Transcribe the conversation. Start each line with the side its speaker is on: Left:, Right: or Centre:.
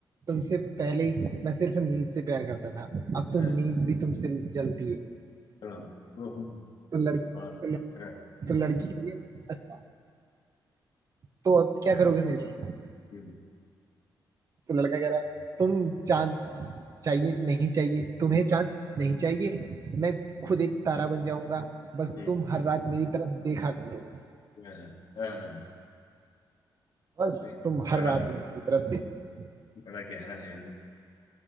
Right: तुमसे पहले मैं सिर्फ नींद से प्यार करता था अब तो
Left: हाँ
Right: नींद भी तुमसे जलती है
Left: हाँ, ओहो,
Right: तो लड़की
Left: वाह
Right: तो, लड़,
Left: हाँ
Right: तो लड़की कह रही है अच्छा तो अब क्या करोगे मेरे लिए
Left: हम्म,
Right: तो लड़का कह रहा है तुम चांद चाहिए नहीं चाहिए तुम्हें चांद नहीं चाहिए मैं खुद एक तारा बन जाऊंगा बस
Left: हम्म,
Right: तुम हर रात मेरी तरफ देखा करो
Left: हाँ हाँ, हाँ,
Right: बस
Left: बाप रे,
Right: तुम हर
Left: बड़ा
Right: रात मेरी तरफ देखो
Left: बड़ा गहरा है ये तो